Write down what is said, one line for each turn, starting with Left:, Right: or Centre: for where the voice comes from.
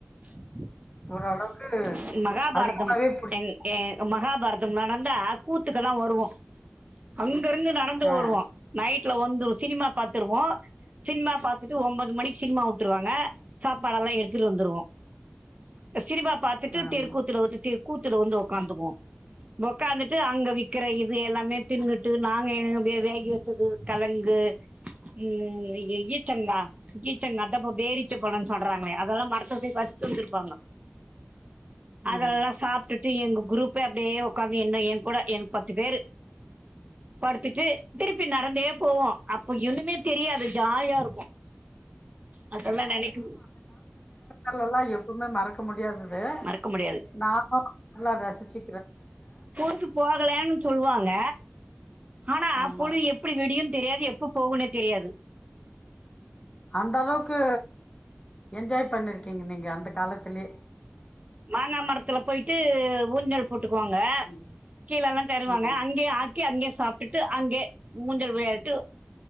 Right: <inaudible>
Left: ஓரளவுக்கு
Right: மகாபாரதம்
Left: அதிகமாவே புடிச்சு
Right: என் எ மகாபாரதம் நடந்தா கூத் துக்கெல்லா வருவோ அங்கருந்து நடந்து
Left: ஆ
Right: வருவோ நைட்ல வந்து சினிமா பாத்து துருவோ சினிமா பாத்துட்டு ஒன்போது மணிக்கு சினிமா விட்ருவாங்க சாப்பாடெல்லா எடுத்துட்டு வந்துருவோ அ சினிமா பாத்துட்டு
Left: ஆமா
Right: தெருக்கூத்துல வந்துட்டு கூத்துல வந்து ஒக்காந்துக்குவோ ஒக்காந்துட்டு அங்க விக்கிற இது எல்லாமே தின்னுட்டு நாங்க வேகாயி வச்சது கெழங்கு ம் உங்கள எ ஈச்சங்கா ஈச்சங்காதா இப்ப பேரிச்சப்பழன் சொல்றாங்களே அதெல்லா மரத்த விட்டு வச்ட்டு வந்திருப்பாங்க
Left: ம்
Right: அதெல்லா சாப்ட்டுட் ட்ரு எங்க குரூப்பே அப்டியே ஒக்காந்து என்ன எ கூட எனக்கு பத்து பேரு படுத்துட்டு திருப்பி நடந்தே போவோ அப் ப்போ என்னுமே தெரியாது ஜாலியா இருக்கு அதெல்லா நெனைக்கும்
Left: அதெல்லா எப்பவுமே மறக்க முடியாதது
Right: மறக்க முடியாது
Left: நானு நல்லா ரசிச்சு
Right: பொழுது போகலன்னு சொல்லுவாங்க ஆனா
Left: ஆமா
Right: பொழுது எப்டி விடியுனு தெரியாது எப்ப போகுனே தெரியாது
Left: அந்த அளவுக்கு என்ஜாய் பண்ணிருக்கீங்க நீங்க அந்த காலத்துலே
Right: மாங்கா மரத்துல போயிட்டு ஊஞ்சல் போட்டுக்குவாங்க
Left: ம்
Right: கீழெல்லா தருவாங்க
Left: ம்
Right: அங்கே ஆக்கி அங்கே சாப்ட்டுட்டு அங்கே ஊஞ்சல் விளையாடிட்டு